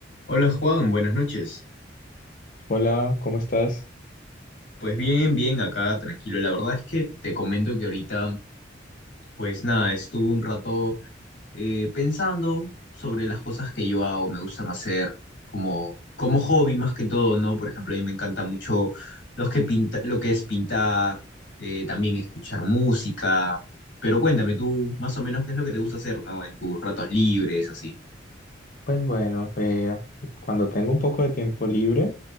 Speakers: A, on the left (about 85°); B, on the left (about 50°).
A: Hola Juan, buenas noches.
B: Hola, ¿cómo estás?
A: Pues bien, bien, acá tranquilo. La verdad es que te comento que ahorita, pues nada, estuve un rato eh, pensando sobre las cosas que yo hago, me gustan hacer como, como hobby más que todo, ¿no? Por ejemplo, a mí me encanta mucho los que pinta, lo que es pintar, eh, también escuchar música. Pero cuéntame tú más o menos qué es lo que te gusta hacer, ¿no? En tus ratos libres, así.
B: Pues bueno, eh, cuando tengo un poco de tiempo libre,